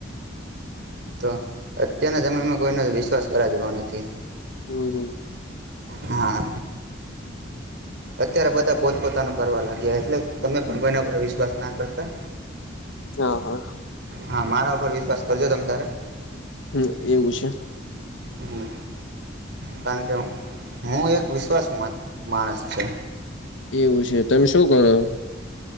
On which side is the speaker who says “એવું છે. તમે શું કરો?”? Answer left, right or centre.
Left